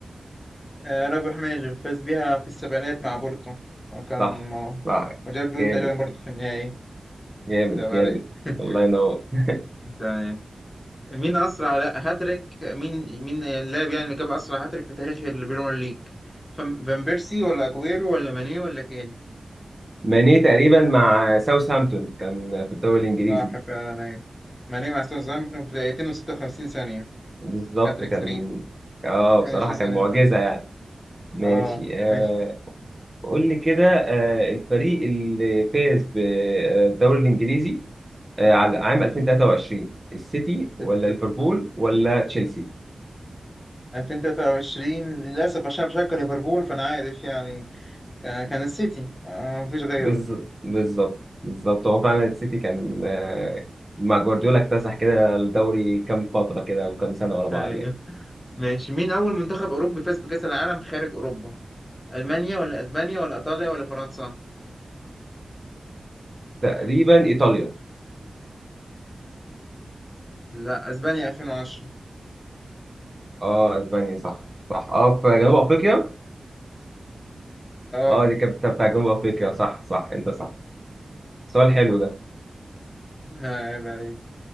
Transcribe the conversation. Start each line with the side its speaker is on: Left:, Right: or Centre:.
Left: آه رابح ماجر فاز بيها في السبعينات مع بورتو وكان
Right: صح
Left: م-
Right: صح
Left: وجاب جون
Right: جامد
Left: تقريبا برضه في النهائي
Right: جامد
Left: ده
Right: جامد
Left: عليك <laughs>
Right: الله ينور <laughs>
Left: تمام مين اسرع لا هاتريك مين مين اللاعب يعني اللي جاب اسرع هاتريك في تاريخ البريمير ليج فم- فان بيرسي ولا اجويرو ولا ماني ولا كين
Right: ماني تقريبا مع ساوثهامبتون كان في الدوري الإنجليزي
Left: صح فعلا ايوه ماني مع ساوثهامبتون في دقيقتين و56 ثانية
Right: بالظبط
Left: هاتريك
Right: كان
Left: سريع
Right: اه
Left: ماشي
Right: بصراحة
Left: اسأل
Right: كان
Left: انت
Right: معجزة يعني ماشي
Left: اه
Right: آه
Left: ماشي
Right: قول لي كده آه الفريق اللي فاز بالدوري الإنجليزي آه على عام 2023 السيتي ولا
Left: الف-
Right: ليفربول ولا تشيلسي
Left: 2023 للأسف عشان بشجع ليفربول فأنا عارف يعني كان كان السيتي آه مفيش غيره
Right: بالظبط بالظبط بالظبط هو فعلا السيتي كان آه مع جوارديولا اكتسح كده الدوري كام فترة كده وكام سنة ورا بعض
Left: ايوه
Right: يعني
Left: ماشي مين أول منتخب أوروبي فاز بكأس العالم خارج أوروبا؟ ألمانيا ولا أسبانيا ولا إيطاليا ولا فرنسا؟
Right: تقريبا إيطاليا
Left: لا اسبانيا 2010
Right: اه اسبانيا صح صح اه في جنوب افريقيا
Left: اه
Right: اه دي كانت بتاع بتاع جنوب افريقيا صح صح انت صح سؤال حلو ده
Left: ها، عيب عليك